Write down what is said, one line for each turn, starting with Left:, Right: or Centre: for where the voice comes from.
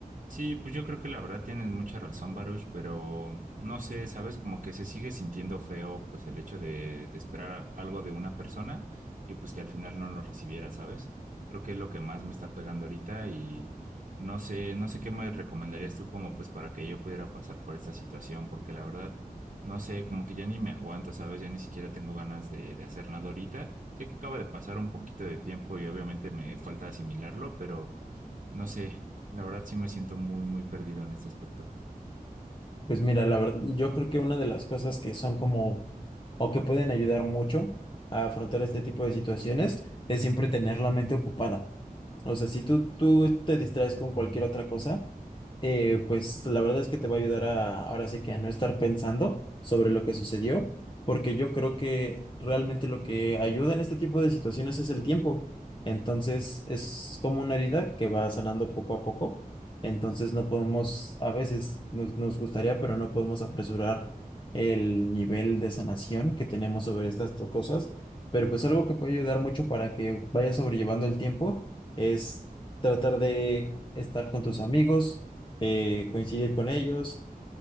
Right: Sí, pues yo creo que la verdad tienes mucha razón, Baruch, pero no sé, sabes, como que se sigue sintiendo feo, pues el hecho de, de esperar algo de una persona y pues que al final no lo recibiera, ¿sabes? Creo que es lo que más me está pegando ahorita y no sé, no sé qué me recomendarías tú como pues para que yo pudiera pasar por esta situación, porque la verdad, no sé, como que ya ni me aguanto, ¿sabes? Ya ni siquiera tengo ganas de, de hacer nada ahorita. Sé que acaba de pasar un poquito de tiempo y obviamente me falta asimilarlo, pero... No sé, la verdad sí me siento muy, muy perdido en este aspecto.
Left: Pues mira, la verdad, yo creo que una de las cosas que son como, o que pueden ayudar mucho a afrontar este tipo de situaciones, es siempre tener la mente ocupada. O sea, si tú, tú te distraes con cualquier otra cosa, eh, pues la verdad es que te va a ayudar a, ahora sí que a no estar pensando sobre lo que sucedió, porque yo creo que realmente lo que ayuda en este tipo de situaciones es el tiempo. Entonces, es como una herida que va sanando poco a poco entonces no podemos, a veces nos, nos gustaría, pero no podemos apresurar el nivel de sanación que tenemos sobre estas to- cosas. Pero pues algo que puede ayudar mucho para que vayas sobrellevando el tiempo es tratar de estar con tus amigos, eh, coincidir con ellos